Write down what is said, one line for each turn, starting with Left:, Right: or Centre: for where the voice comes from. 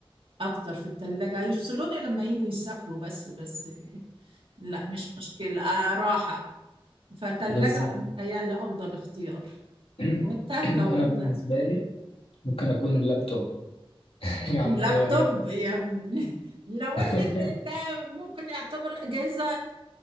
Right: اكتر في الثلاجه يفصلوني لما يجوا يسافروا بس بس لا مش مشكله آه، راحه فتلاجة
Left: بالظبط
Right: متهيألي افضل اختيار
Left: <clears throat>
Right: وانت
Left: <coughs>
Right: لو
Left: انا
Right: انت
Left: بالنسبه لي ممكن اكون اللابتوب <laughs> يعني
Right: اللابتوب
Left: هو اللاب
Right: يا ابني لو
Left: <laughs>
Right: ان ده ممكن يعتبر اجهزه